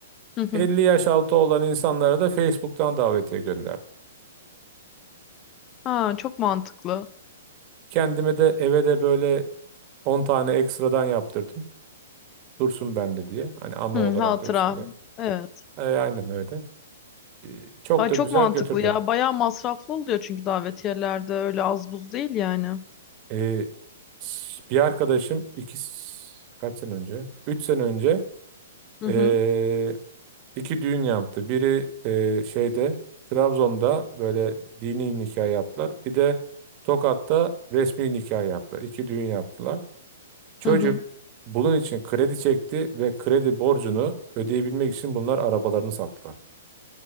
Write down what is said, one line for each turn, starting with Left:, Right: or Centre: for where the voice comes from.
Left: Hı hı.
Right: 50 yaş altı olan insanlara da Facebook'tan davetiye gönderdim.
Left: Ha, çok mantıklı.
Right: Kendime de eve de böyle 10 tane ekstradan yaptırdım. Dursun bende diye. Hani anı
Left: Hı,
Right: olarak
Left: hatıra.
Right: dursun diye.
Left: Evet.
Right: E, aynen öyle. E, çok
Left: Ay
Right: da
Left: çok
Right: güzel
Left: mantıklı
Right: götürdü.
Left: ya. Bayağı masraflı oluyor çünkü davetiyelerde öyle az buz değil yani.
Right: E, s- bir arkadaşım iki s- kaç sene önce? 3 sene önce
Left: Hı
Right: e,
Left: hı.
Right: iki düğün yaptı. Biri e, şeyde Trabzon'da böyle dini nikah yaptılar. Bir de Tokat'ta resmi nikah yaptılar. İki düğün yaptılar. Çocuk
Left: Hı hı.
Right: bunun için kredi çekti ve kredi borcunu ödeyebilmek için bunlar arabalarını sattılar.